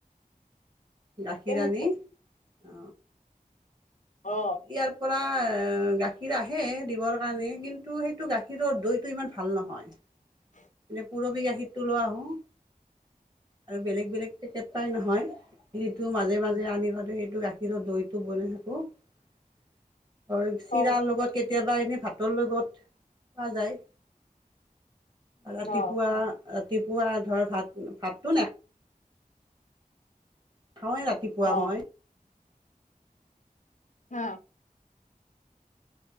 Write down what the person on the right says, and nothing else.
গাখীৰ
আনি,
অ',
ইয়াৰ পৰা গাখীৰ আহে দিবৰ কাৰণে, কিন্তু সেইটো গাখীৰৰ দৈটো ইমান ভাল নহয়।
এ পুৰবী গাখীৰটো লৈ আহোঁ, আৰু বেলেগ বেলেগ পেকেট পাই নহয়। সেইটো, মাজে, মাজে আনি পেলাই, সেইটো গাখীৰৰ দৈটো বনাই থাকো। ধৰ, চিৰা
লগত কেতিয়াবা এনেই ভাতৰ লগত খোৱা যায়। ৰাতিপুৱা,
ৰাতিপুৱা ধৰ ভাত, ভাতটো নাখা খাওঁৱে ৰাতিপুৱা
মই।